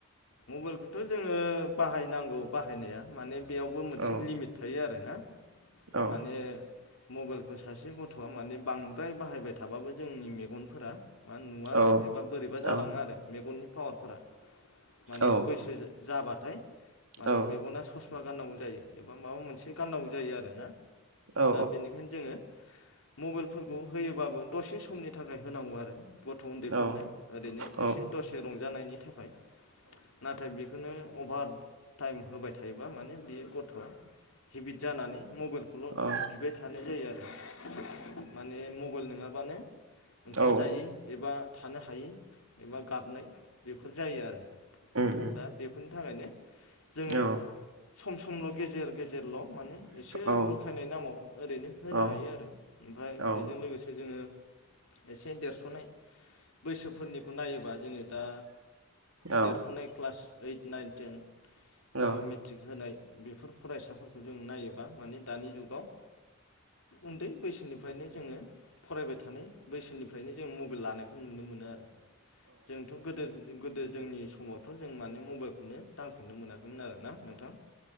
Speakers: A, on the left; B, on the right.
A: मबाइलखौथ जोङो बाहायनांगौ बाहायनाया माने बेयावबो मोनसे
B: औ
A: लिमिट थायो आर ना।
B: औ
A: माने मबाइलफोर सासे गथआ माने बांद्राय बाहायबाय थाबाबो जोंनि मेगनफोरा मा नुवा
B: औ
A: एबा बोरैबा जालाङो
B: औ
A: आरो मेगननि पावारफोरा। माने
B: औ
A: बैसो जाबाथाय माने
B: औ
A: मेगना ससमा गाननांगौ जायो। एबा माबा मोनसे गाननांगौ जायो आरो ना
B: औ
A: दा बेनिखायनो जोङो मबाइलफोरखौ होयोबाबो दसे समनि थाखाय होनांगौ आरो। गथ उन्दैफोरनो
B: औ
A: ओरैनो
B: औ
A: एसे दसे रंजानायनि थाखाय नाथाय बे बेखौनो अभार टाइम होबाय थायोबा माने बेयो गथआ हेबिट जानानै मबाइलखौल
B: औ
A: बिबाय थानाय जायो आरो माने मबाइल नङाबानो ओंखाम
B: औ
A: जायि एबा थानो हायि एबा गाबनाय बेफोर जायो आरो
B: उम उम
A: दा बेफोरनि थाखायनो जोङो
B: औ
A: सम समल' गेजेर- गेजेरल' माने एसे
B: औ
A: बुरखायनाय नामाव ओरैनो होनो
B: औ
A: हायो आरो ओमफफ्राय
B: औ
A: बेजों लोगोसे जोङो एसे देरसनाय बैसोफोरनिखौ नायोबा जोङो दा
B: औ
A: देरफुनाय क्लास ओइट नाइन टेन एबा
B: औ उम औ
A: मेट्रिक होनाय बेफोर फरायसाफोरखौ जों नायोबा माने दानि जुगाव उन्दै बैसोनिफ्रायनो जोङो फरायबाय थानाय बैसोनिफ्राय ओफ्रायनो जों मबाइल लानायखौ नुनो मोनो आरो। जोंथ गोद गोदो जोंनि समावथ जों माने मबाइलखौनो दांफेरनो मोनाखैमोन आरोना नोंथां